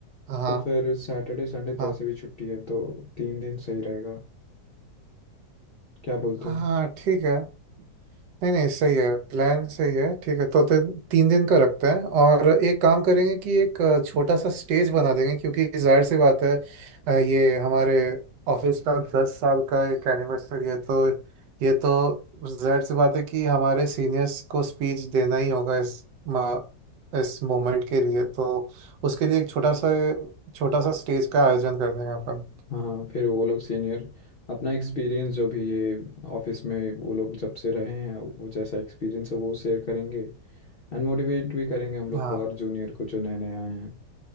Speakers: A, on the right; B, on the left.
A: हाँ
B: तो फिर सैटरडे संडे तो
A: हाँ
B: ऐसे भी छुट्टी है तो तीन दिन सही रहेगा क्या बोलते
A: हाँ
B: हो
A: ठीक है नहीं नहीं सही है प्लान सही है ठीक है तो फिर तीन दिन का रखते हैं और एक काम करेंगे कि एक अ, छोटा सा स्टेज बना देंगे क्योंकि जाहिर सी बात है अ, ये हमारे ऑफिस का दस साल का एक एनिवर्सरी है तो ये तो जाहिर सी बात है कि हमारे सीनियर्स को स्पीच देना ही होगा इस मा, इस मोमेंट के लिए तो उसके लिए एक छोटा सा छोटा सा स्टेज का आयोजन कर देंगे अपन
B: हाँ फिर वो लोग सीनियर अपना एक्सपीरियंस जो भी ये ऑफिस में वो लोग जब से रहे हैं वो जैसा एक्सपीरियंस है वो शेयर करेंगे एंड मोटिवेट भी करेंगे हम लोग
A: हाँ
B: को और जूनियर को जो नए नए आए हैं